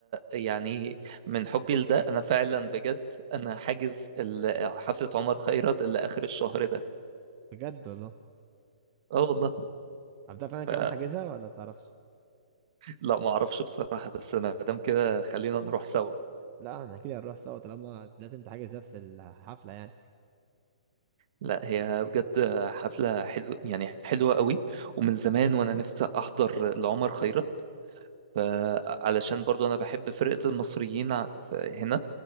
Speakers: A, on the right; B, on the right.
A: يعني من حبي لده أنا فعلا بجد أنا حاجز ال- حفلة عمر خيرت اللي آخر الشهر ده
B: بجد والله
A: أه والله
B: عارف فعلا كمان
A: ف...
B: حاجزها ولا بتعرفش
A: لا ما أعرفش بصراحة بس ما دام كده خلينا نروح سوا
B: لا احنا كده هنروح سوا طالما لا انت حاجز نفس الحفله يعني
A: لا هي بجد حفلة حلو يعني حلوة قوي ومن زمان وأنا نفسي أحضر لعمر خيرت ف- علشان برضو أنا بحب فرقة المصريين ع- ف- هنا